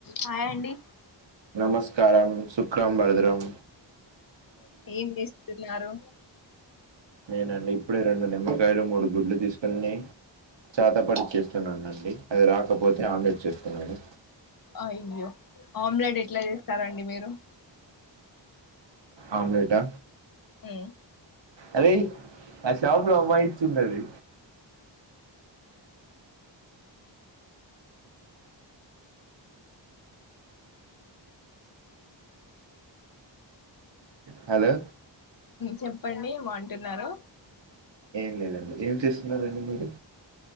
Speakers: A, on the left; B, on the right.
A: Hi అండి
B: నమస్కారం సు క్రంబరదరం
A: ఏం చేస్తున్నారు
B: నేనండి ఇప్పుడే రెండు నిమ్మకాయలు మూడు గుడ్లు తీసుకొని చాతపడి చేస్తున్నానండి అది రాకపోతే ఆమ్లెట్ చేస్తున్నాను
A: అయ్యో ఆమ్లెట్ ఎట్లా చేస్తారండి మీరు
B: ఆమ్లేటా
A: ఆ
B: అదే ఆ షాపుల అమ్మాయిచ్చున్నది హలో
A: చెప్పండి ఏమోంటున్నారు
B: ఏం లేదండి ఏం చేస్తున్నండి మీరు